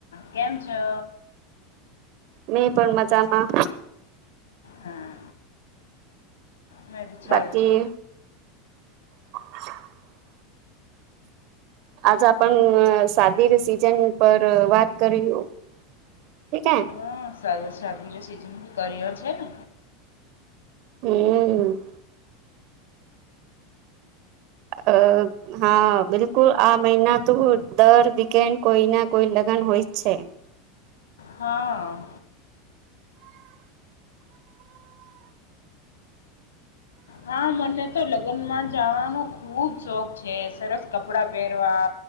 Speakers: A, on the left; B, on the right.
A: કેમ છો?
B: મેં પણ મજામાં.
A: હા મેં બી છારું
B: બાકી
A: છે.
B: <unintelligible> આજે આપણ સાદી રી સિઝન પર વાત કરીયું? ઠીકે.
A: હ સા શાદી રે સિજન બી કરિયર છે ને.
B: હમ. અ હા, બિલકુલ. આ મહિના તો દર વીકેન્ડ કોઈ ના કોઈ લગ ન હોય જ છે.
A: હા. હા, મને તો લગનમાં જવાનો ખુબ શોખ છે. સરસ કપડા પહેરવા